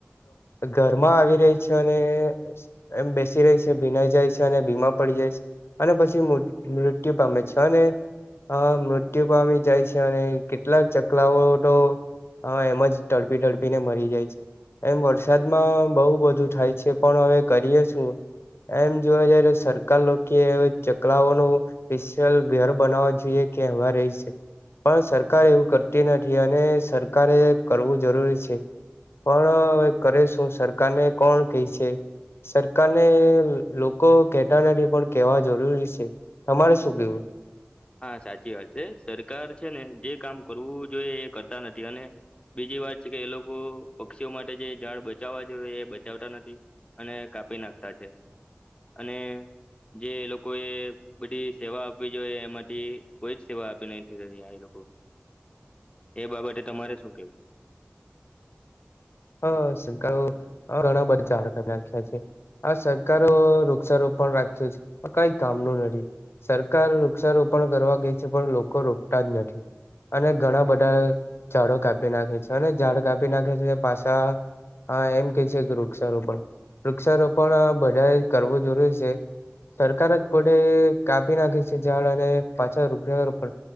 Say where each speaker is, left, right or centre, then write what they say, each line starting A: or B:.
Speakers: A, on the left; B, on the left.
A: ઘરમાં આવી રહી છે અને એમ બેસી રહી છે ભીનાઈ જાય છે અને બીમા. પડી જાય અને પછી મૃત્યુ પામે છે અને. હા મૃત્યુ પામી જાય છે, અને કેટલાક ચકલાઓ તો. હા એમજ ટડપી ટડપી ને મરી જાય છે. એમ વરસાદમાં બહુ બધું થાય છે પણ હવે કરીએ શું. એમ જોવા જઈ સર. કે હવે ચકલાઓનો સ્પેશિયલ ઘર બનાવો જોઈએ કે એમાં રહિ શ. પણ સરકાર એવું કરતી નથી અને સરકારે કરવું જરૂરી છે. પણ હવે કરે શું સરકાર ને કોણ કહેશે. સરકાર ને લોકો કે. થી પણ કેવા જરૂરી છે તમારે શું કેવું.
B: હા સાચી વાત છે સરકાર છે ને જે કામ કરવું જોઈએ એ કરતા નથી અને. બીજી વાત છે કે એ લોકો પક્ષીઓ માટે જે ઝાડ બચાવવા જોઈ એ બચાવતા નથી. અને કાપી નાખતા છે. અને જે લોકો એ બધી સેવા આપવી જોઈએ એમાં. એ કોઈ જ સેવા આપી નહી આઇ લોકો એ બાબતે તમારે શું કેવું.
A: હ શકાળ ઘણા બધા ઝાડ કરી નાખ્યા છે. આ સરકારો વૃક્ષારોપ પણ રાખ્યો છે, આ કઈ કામનું નથી. સરકાર વૃક્ષારોપણ કરવા ગઈ છે પણ લોકો રોપતા જ નથી. અને ઘણા બધા ઝાડો કાપી નાખે છે અને ઝાડ કાપી નાખે છે પાછ. હા એમ કે છે કે વૃક્ષારોપણ વૃક્ષારોપણ આ બધાય કરવું જરૂરી. સરકાર જ પોતેે કાપી નાખે છે ઝાડ અને પાછા રૂપિયા.